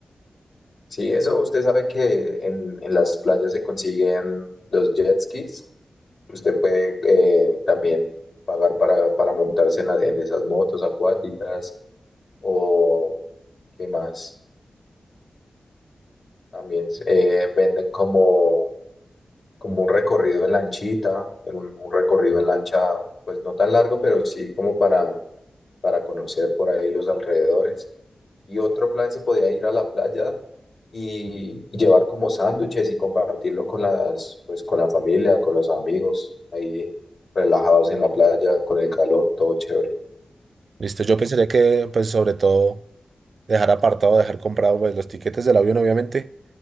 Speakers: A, on the left (about 60°); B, on the right (about 65°).
A: Sí, eso usted sabe que en, en las playas se consiguen los jet skis. Usted puede eh, también pagar para, para montarse en, la- en esas motos acuáticas o qué más. También eh, venden como, como un recorrido en lanchita, en un, un recorrido en lancha, pues no tan largo, pero sí como para, para conocer por ahí los alrededores. y otro plan se podía ir a la playa y, y llevar como sándwiches y compartirlo con las, pues con la familia, con los amigos, ahí relajados en la playa, con el calor, todo chévere.
B: Listo, yo pensaría que, pues, sobre todo, dejar apartado, dejar comprado, pues, los tiquetes del avión, obviamente,